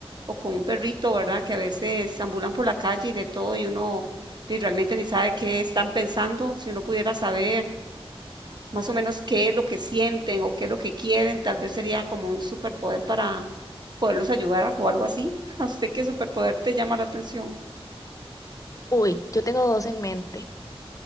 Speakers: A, on the right (about 45°); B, on the left (about 35°).
A: O con un perrito, ¿verdad? Que a veces ambulan por la calle y de todo y uno y realmente ni sabe qué están pensando. Si uno pudiera saber más o menos qué es lo que sienten o qué es lo que quieren, tal vez sería como un superpoder para poderlos ayudar o algo así. <laughs> ¿A usted qué superpoder te llama la atención?
B: Uy, yo tengo dos en mente.